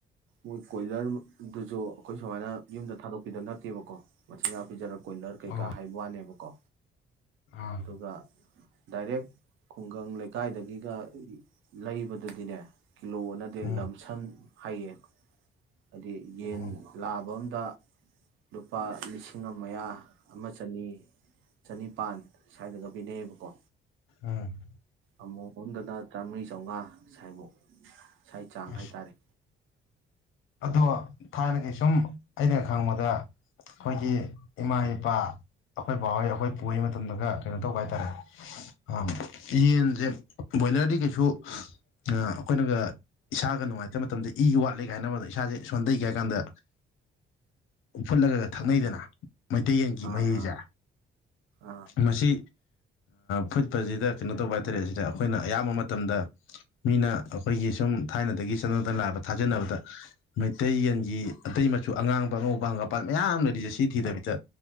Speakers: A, on the right (about 80°); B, on the left (about 90°).
A: ꯃꯣꯏ ꯀꯣꯏꯂꯔꯗꯨꯁꯨ ꯑꯩꯈꯣꯏ ꯁꯨꯃꯥꯏꯅ ꯌꯨꯝꯗ ꯊꯥꯗꯣꯛꯄꯤꯗꯕ ꯅꯠꯇꯦꯕꯀꯣ ꯃꯆꯤꯟꯖꯥꯛ ꯄꯤꯖꯔꯛ ꯀꯣꯏꯂꯔ ꯀꯩꯀꯥ
B: ꯑꯣ
A: ꯍꯥꯏꯕ ꯋꯥꯅꯦꯕꯀꯣ
B: ꯑꯥ
A: ꯑꯗꯨꯒ ꯗꯥꯏꯔꯦꯛ ꯈꯨꯡꯒꯪ ꯂꯩꯀꯥꯏꯗꯒꯤꯒ ꯂꯩꯕꯗꯗꯤꯅꯦ ꯀꯤꯂꯣꯅꯗꯦ
B: ꯎꯝ
A: ꯂꯝꯁꯟ ꯍꯥꯏꯡ ꯍꯥꯏꯗꯤ ꯌꯦꯟ
B: ꯑꯣ
A: ꯂꯥꯕ ꯑꯃ ꯗ ꯂꯨꯄꯥ ꯂꯤꯁꯤꯡ ꯑꯃ ꯑꯃ ꯆꯅꯤ ꯆ ꯃꯄꯥꯟ ꯁ꯭ꯋꯥꯏꯗꯒ ꯄꯤꯅꯩꯌꯦꯕꯀꯣ
B: ꯎꯝ
A: ꯑꯃꯨꯛꯣꯝꯗꯅ ꯆꯥꯝꯃꯔꯤ ꯆꯥꯝꯃꯉꯥ ꯁꯥꯏꯐꯧ ꯏꯁ ꯆꯥꯡ
B: ꯑꯁ
A: ꯍꯥꯏꯇꯥꯔꯦ
B: ꯑꯗꯣ ꯊꯥꯏꯅꯒꯤꯩꯁꯨꯝ ꯑꯩꯅ ꯈꯪꯕꯗ ꯑꯩꯈꯣꯏꯒꯤ ꯏꯃꯥ ꯏꯄꯥ ꯑꯩꯈꯣꯏ ꯕꯥꯥꯎꯍꯩ ꯑꯩꯈꯣꯏ ꯄꯨꯔꯤ ꯃꯇꯝꯗꯒ ꯀꯩꯅꯣ ꯇꯧꯕ ꯍꯥꯏ ꯇꯔꯦ ꯌꯦꯟꯁꯦ ꯕꯣꯏꯂꯔꯗꯤ ꯀꯩꯁꯨ ꯑꯩꯈꯣꯏꯅꯒ ꯏꯁꯥꯒ ꯅꯨꯡꯉꯥꯏꯇꯕ ꯃꯇꯝꯗ ꯏ ꯋꯥꯠꯂꯦ ꯀꯥꯏꯅꯕꯗ ꯏꯁꯥꯁꯦ ꯁꯣꯟꯊꯩꯒ ꯍꯥꯏ ꯀꯥꯟꯗ ꯐꯨꯠꯂꯒ ꯊꯛꯅꯩꯗꯅ ꯃꯩꯇꯩꯌꯦꯟꯒꯤ
A: ꯑꯥ
B: ꯃꯍꯩꯤꯁꯦ
A: ꯑꯥ ꯑꯥ
B: ꯃꯁꯤ ꯐꯨꯠꯄꯁꯤꯗ ꯀꯩꯅꯣ ꯇꯧꯕ ꯍꯥꯏꯇꯥꯔꯦ ꯁꯤꯗ ꯑꯩꯈꯣꯏꯅ ꯑꯌꯥꯝꯕ ꯃꯇꯝꯗ ꯃꯤꯅ ꯑꯩꯈꯣꯏꯒꯤ ꯁꯨꯝ ꯊꯥꯏꯅꯗꯒꯤ ꯆꯠꯅꯗꯅ ꯂꯥꯛꯕ ꯊꯥꯖꯕꯗ ꯃꯩꯇꯩ ꯌꯦꯟꯒꯤ ꯑꯇꯩ ꯃꯆꯨ ꯑꯉꯥꯡꯕ ꯑꯉꯧꯕ ꯍꯪꯒꯄꯥ ꯃꯌꯥꯝ ꯂꯩꯔꯤꯁꯦ ꯁꯤ ꯊꯤꯗꯕꯤꯗ